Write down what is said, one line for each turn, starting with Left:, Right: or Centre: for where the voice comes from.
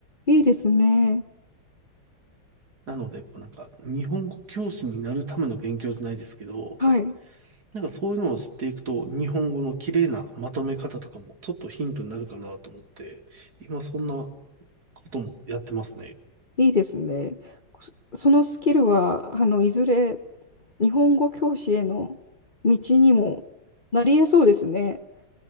Left: いいですね。
Right: なので、こうなんか、日本語教師になるための勉強じゃないですけど、
Left: はい。
Right: なんかそういうのを知っていくと、日本語の綺麗なまとめ方とかもちょっとヒントになるかなと思って、今そんなこともやってますね。
Left: いいですね。そそのスキルは、あの、いずれ日本語教師への道にもなり得そうですね。